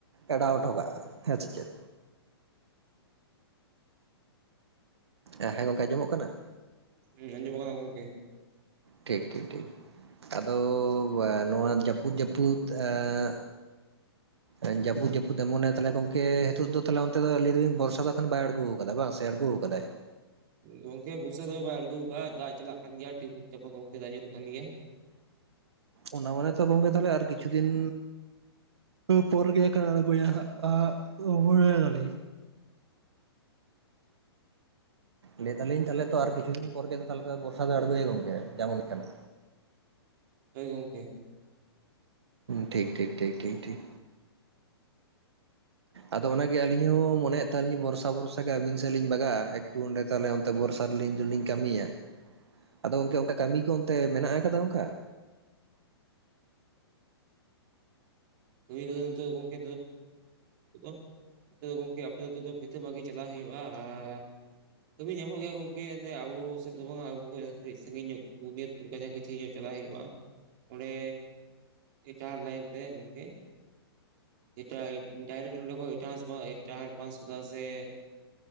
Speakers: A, on the right; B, on the right.
A: ᱮᱰᱟᱣ ᱚᱴᱚ ᱠᱟᱜᱼᱟ ᱦᱮᱸ ᱪᱮ ᱪᱮᱫ ᱮ ᱦᱮᱸ ᱜᱚᱝᱠᱮ ᱟᱸᱚᱢᱚᱜ ᱠᱟᱱᱟ
B: ᱦᱸᱩᱢ ᱟᱸᱡᱚᱢᱚᱜ ᱠᱟᱱᱟ ᱜᱚᱢᱠᱮ
A: ᱴᱷᱤᱠ ᱴᱷᱤᱠ ᱴᱷᱤᱠ ᱟᱫᱚ ᱱᱚᱣᱟ ᱡᱟᱹᱯᱩᱫ ᱡᱟᱹᱯᱩᱫ ᱮᱸ
B: <inaudible>
A: ᱮᱸ ᱡᱟᱹᱯᱩᱫ ᱡᱟᱹᱯᱩᱫ ᱮᱢᱚᱱᱮ ᱛᱟᱦᱞᱮ ᱜᱚᱝᱠᱮ ᱦᱤᱛᱚᱜ ᱫᱚ ᱛᱟᱦᱞᱮ ᱚᱱᱛᱮ ᱫᱚ ᱞᱟᱹᱭ ᱫᱟᱞᱤᱧ ᱵᱚᱨᱥᱟ ᱫᱚ ᱮᱠᱷᱚᱱ ᱵᱟᱭ ᱟᱬᱜᱩ ᱠᱟᱫᱟ ᱵᱟᱝ ᱥᱮ ᱟᱬᱜᱩ ᱟᱠᱟᱫᱟᱭ?
B: ᱜᱚᱝᱠᱮ ᱵᱚᱨᱥᱟ ᱫᱚ ᱵᱟᱭ ᱟᱬᱜᱩ ᱟᱠᱟᱜᱼᱟ ᱫᱟᱜ ᱪᱟᱞᱟᱜ ᱠᱟᱱ ᱜᱮᱭᱟ ᱴᱤᱯᱤᱠ ᱴᱟᱯᱟᱠ ᱜᱚᱝᱠᱮ ᱫᱟᱜ ᱧᱩᱨᱩᱜ ᱠᱟᱱ ᱜᱮᱭᱟ᱾
A: ᱚᱱᱟ ᱢᱟᱱᱮ ᱛᱚ ᱜᱚᱝᱜᱮ ᱛᱟᱦᱞᱮ ᱟᱨ ᱠᱤᱪᱷᱩ ᱫᱤᱱ ᱯᱚᱨ ᱜᱮ ᱠᱷᱟᱱ ᱟᱬᱜᱚᱭᱟᱭ ᱦᱟᱜ ᱞᱟᱹᱭ ᱫᱟᱞᱤᱧ ᱛᱟᱦᱞᱮ ᱛᱚ ᱟᱨ ᱠᱤᱪᱷᱩ ᱫᱤᱱ ᱯᱚᱨᱜᱮ ᱛᱟᱦᱞᱮ ᱛᱚ ᱵᱚᱨᱥᱟ ᱫᱚ ᱟᱬᱜᱚᱭᱟ ᱜᱚᱝᱠᱮ ᱡᱮᱢᱚᱱ ᱠᱟᱱᱟ
B: ᱦᱳᱭ ᱜᱚᱢᱠᱮ
A: ᱴᱷᱤᱠ ᱴᱷᱤᱠ ᱴᱷᱤᱠ ᱴᱷᱤᱠ ᱴᱷᱤᱠ ᱟᱫᱚ ᱚᱱᱟᱜᱮ ᱟᱹᱞᱤᱧ ᱦᱚᱸ ᱢᱚᱱᱭᱮᱫ ᱛᱟᱦᱮᱱᱟᱞᱤᱧ ᱵᱚᱨᱥᱟ ᱵᱷᱚᱨᱥᱟ ᱜᱮ ᱟᱹᱵᱤᱱ ᱥᱮᱫ ᱞᱤᱧ ᱵᱟᱠᱟᱜ-ᱟ ᱛᱩ ᱚᱰᱮ ᱛᱟᱦᱟᱞᱮ ᱚᱱᱛᱮ ᱵᱚᱨᱥᱟ ᱨᱮᱞᱤᱧ ᱞᱤᱧ ᱠᱟᱢᱤᱭᱟ ᱟᱫᱚ ᱜᱚᱝᱠᱮ ᱚᱝᱠᱟ ᱠᱟᱢᱤ ᱠᱚ ᱚᱱᱛᱮ ᱢᱮᱱᱟᱜ ᱟᱠᱟᱫᱟ ᱚᱝᱠᱟ
B: ᱠᱟᱹᱢᱤ ᱠᱚᱫᱚ ᱚᱱᱛᱮ ᱜᱚᱝᱠᱮ <inaudible> ᱱᱤᱛᱚᱜ ᱫᱚ ᱜᱚᱢᱠᱮ ᱟᱯᱮ ᱛᱮᱫᱚ ᱯᱷᱤᱛᱟᱹ ᱵᱷᱟᱜᱤ ᱪᱟᱞᱟᱣ ᱦᱩᱭᱩᱜᱼᱟ ᱟᱨ ᱠᱟᱹᱢᱤ ᱧᱟᱢᱚᱜ ᱜᱮᱭᱟ ᱜᱚᱝᱠᱮ ᱟᱵᱚ ᱥᱮᱫ ᱫᱚ ᱵᱟᱝ ᱟᱵᱚ ᱠᱷᱚᱡ ᱠᱟᱹᱴᱤᱡ ᱥᱟᱺᱜᱤᱧ ᱧᱚᱜ ᱠᱩᱨ ᱠᱟᱪᱟ ᱠᱟᱪᱷᱤ ᱧᱚᱜ ᱪᱟᱞᱟᱜ ᱦᱩᱭᱩᱜᱼᱟ ᱚᱸᱰᱮ ᱪᱟᱨ ᱞᱟᱭᱤᱱ ᱛᱮ ᱜᱚᱝᱠᱮ <inaudible> ᱰᱟᱭᱨᱮᱴ ᱱᱚᱸᱰᱮ ᱠᱷᱚᱡ <inaudible> ᱤᱴᱟᱦᱟᱨ ᱯᱟᱥᱛᱟ ᱥᱮᱫ